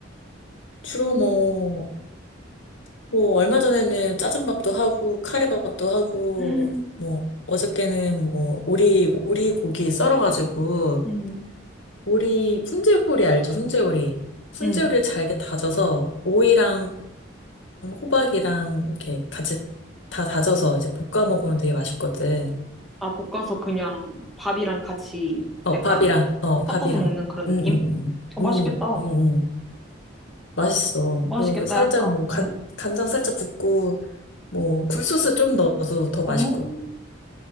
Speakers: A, on the left; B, in the centre.
A: 주로 뭐, 뭐 얼마 전에는 짜장밥도 하고 카레밥도 하고
B: 음,
A: 뭐 어저께는 뭐 오리, 오리 고기 썰어가지고
B: 음,
A: 오리, 훈제오리 알죠? 훈제오리. 훈제오리를
B: 음.
A: 잘게 다져서 오이랑 호박이랑 이렇게 같이 다 다져서 이제 볶아 먹으면 되게 맛있거든.
B: 아, 볶아서 그냥 밥이랑 같이
A: 어,
B: 약간
A: 밥이랑, 어, 밥이랑.
B: 섞어서 먹는 그런
A: 응응응.
B: 느낌? 어, 맛있겠다.
A: 응응응. 맛있어.
B: 맛있겠다,
A: 그리고 살짝
B: 약간.
A: 뭐 간,
B: 음.
A: 간장 살짝 붓고 뭐 굴소스 좀 넣어도 더
B: 어,
A: 맛있고.